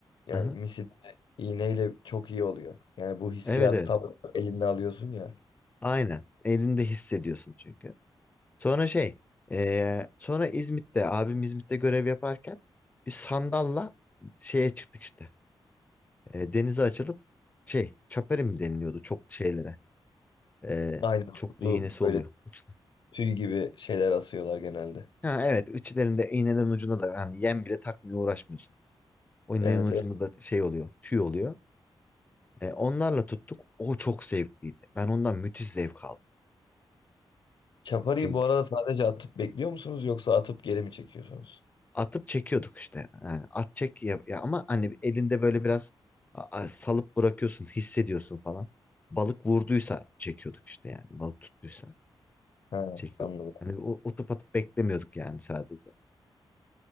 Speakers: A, on the left; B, on the left.
A: yani
B: hı
A: misil ve iğneyle çok iyi oluyor. Yani bu hissiyatı
B: Evet evet.
A: tam elinde alıyorsun ya.
B: Aynen. Elinde hissediyorsun çünkü. Sonra şey eee, sonra İzmit'te abim İzmit'te görev yaparken bir sandalla şeye çıktık işte. e, denize açılıp şey çaperi mi deniliyordu çok şeylere. E,
A: Aynı tutuklu
B: çok da iğnesi
A: böyle
B: oluyor uçta.
A: tüy gibi şeyler asıyorlar genelde.
B: Ha evet içlerinde iğnenin ucunda da hani yem bile takmıyor uğraşmıyorsun. O iğnenin
A: Evet
B: ucunda
A: evet.
B: da şey oluyor tüy oluyor. E, onlarla tuttuk o çok zevkliydi. Ben ondan müthiş zevk aldım.
A: Çaparıyı
B: Çünkü
A: bu arada sadece atıp bekliyor musunuz yoksa atıp geri mi çekiyorsunuz?
B: atıp çekiyorduk işte. Yani at çek ya, ya ama hani elinde böyle biraz a- a- salıp bırakıyorsun hissediyorsun falan. Balık vurduysa çekiyorduk işte yani balık tuttuysa
A: Ha,
B: çekiyorduk.
A: anladım.
B: Hani o, o atıp atıp beklemiyorduk yani sadece.